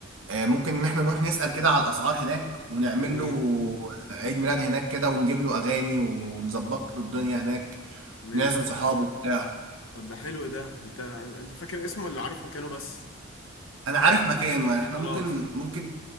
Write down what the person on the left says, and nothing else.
جميل
ماشي
طب ده حلو ده انت انت فاكر اسمه ولا عارف مكانه بس؟
خلاص